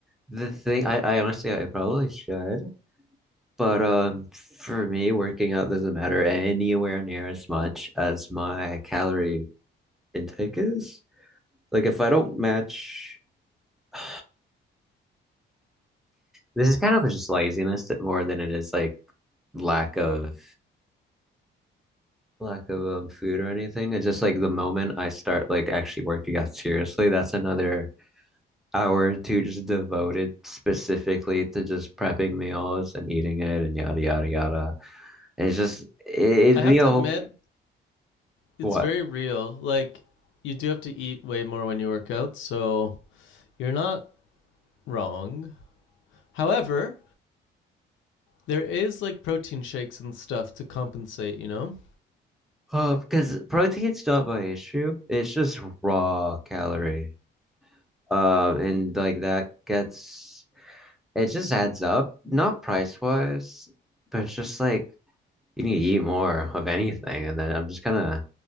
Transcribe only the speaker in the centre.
the thing, I, I honestly, I probably should, but um, for me, working out doesn't matter anywhere near as much as my calorie intake is. Like, if I don't match, <sighs> this is kind of just laziness that more than it is like lack of lack of um, food or anything. It's just like the moment I start like actually working out seriously, that's another. hour or two just devoted specifically to just prepping meals and eating it and yada yada yada. It's just it, it'd
be a
whole
what?
Uh, because protein's not my issue. It's just raw calorie. Um, and like that gets it just adds up, not price wise, but it's just like you need to eat more of anything. And then I'm just kind of